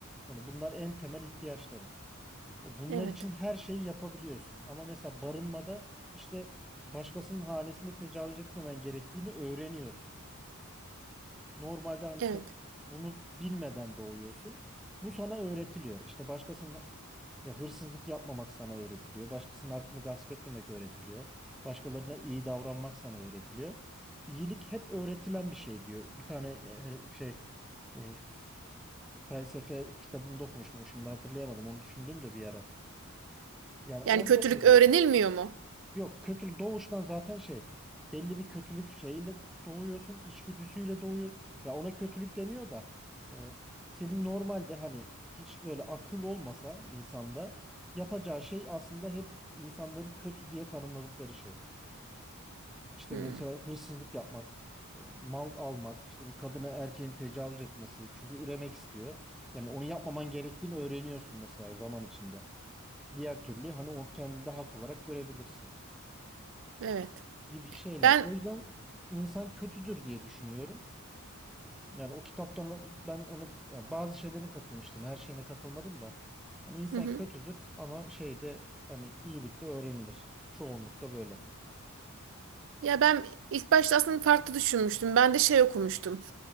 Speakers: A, in the centre; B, on the right.
A: Yani bunlar en temel ihtiyaçların. E, bunlar
B: Evet.
A: için her şeyi yapabiliyorsun. Ama mesela barınmada işte başkasının hanesine tecavüz etmemen gerektiğini öğreniyorsun. Normalde hani
B: Evet.
A: sen bunu bilmeden doğuyorsun. Bu sana öğretiliyor. İşte başkasının ya hırsızlık yapmamak sana öğretiliyor. Başkasının hakkını gasp etmemek öğretiliyor. Başkalarına iyi davranmak sana öğretiliyor. İyilik hep öğretilen bir şey diyor. Bir tane e, şey e, felsefe kitabında okumuştum. Şimdi hatırlayamadım. Onu düşündüm de bir ara. Yani orada
B: Yani kötülük
A: öyle
B: öğrenilmiyor
A: diyor.
B: mu?
A: Yok kötülük doğuştan zaten şey belli bir kötülük şeyiyle doğuyorsun içgüdüsüyle doğuyor. Ya ona kötülük demiyor da e, senin normalde hani hiç böyle akıl olmasa insanda yapacağı şey aslında hep insanların kötü diye tanımladıkları şey. İşte
B: Hı,
A: mesela hırsızlık yapmak, e, mal almak, işte bir kadına erkeğin tecavüz etmesi çünkü üremek istiyor. Yani onu yapmaman gerektiğini öğreniyorsun mesela zaman içinde. Diğer türlü hani o kendini de hak olarak görebilirsin.
B: evet.
A: gibi şeyler.
B: Ben
A: O yüzden insan kötüdür diye düşünüyorum. Yani o kitaptan ben ona yani bazı şeylerine katılmıştım. Her şeyine katılmadım da. Hani insan
B: hı hı.
A: kötüdür ama şeyde hani iyilik de öğrenilir. Çoğunlukla böyle.
B: Ya ben ilk başta aslında farklı düşünmüştüm. Ben de şey okumuştum.